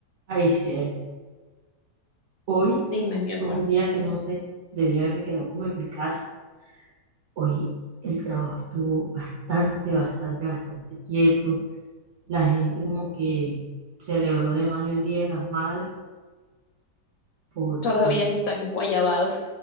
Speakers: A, on the right; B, on the left.
A: Ay, cielo. Hoy
B: Dime, mi
A: fue
B: amor,
A: un día que no sé, debía haberme quedado como en mi casa. Hoy el trabajo estuvo bastante, bastante, bastante quieto. La gente como que celebró de más el Día de las Madres porque
B: todavía están guayabados,